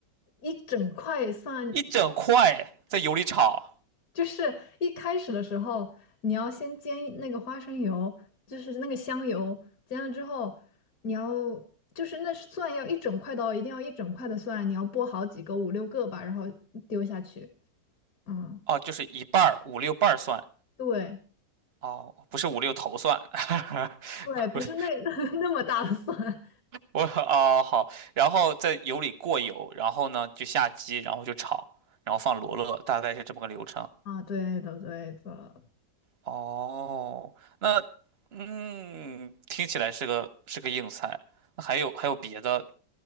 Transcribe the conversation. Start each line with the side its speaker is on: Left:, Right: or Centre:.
Left: 一整块蒜
Right: 一整块在油里炒，
Left: 就是一开始的时候，你要先煎那个花生油，就是那个香油，煎了之后，你要就是那蒜要一整块的哦，一定要一整块的蒜，你要剥好几个，五六个吧，然后丢下去。嗯，
Right: 哦，就是一半儿五六瓣儿蒜，
Left: 对
Right: 哦，不是五六头蒜，<laughs>
Left: 对，不是那
Right: 不是
Left: <laughs> 那么大的蒜
Right: 我哦好，然后在油里过油，然后呢就下鸡，然后就炒，然后放罗勒，大概是这么个流程。
Left: 啊，对的对的。
Right: 哦，那嗯，听起来是个是个硬菜。那还有还有别的